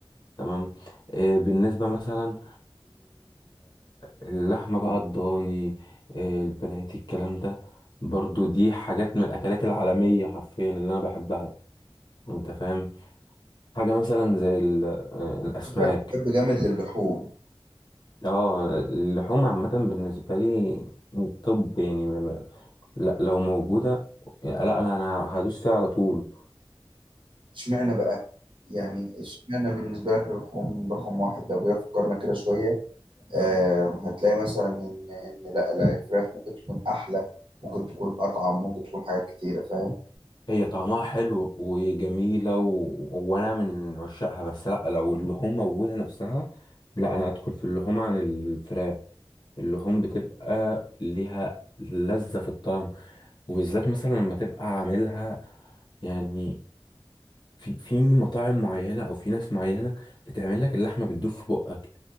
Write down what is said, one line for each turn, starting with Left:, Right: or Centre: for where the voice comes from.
Left: تمام آه، بالنسبة مثلا للحمة بقى الضاني آه، البنات الكلام ده برضو دي حاجات من الأكلات العالمية حرفيا اللي أنا بحبها أنت فاهم حاجة مثلا زي ال- آه، الأسماك
Right: شكلك بتحب جامد للحوم
Left: اه اللحوم عامة بالنسبة لي طب يعني ما- ما- لا لو موجودة لا أنا أنا هدوس فيها على طول
Right: اشمعنى بقى يعني اشمعنى بالنسبه لك اللحوم رقم واحد لو جينا فكرنا كده شويه آه، هتلاقي مثلا ان ان لا لا الفراخ ممكن تكون احلى ممكن تكون اطعم ممكن تكون حاجات كتيره فاهم
Left: هي طعمها حلو وجميلة و... وأنا من عشاقها بس لأ لو اللحوم موجودة نفسها لأ أنا أدخل في اللحوم عن الفراخ اللحوم بتبقى ليها لذة في الطعم وبالذات مثلا لما تبقى عاملها يعني في في مطاعم معينة أو في ناس معينة بتعمل لك اللحمة بتدوب في بقك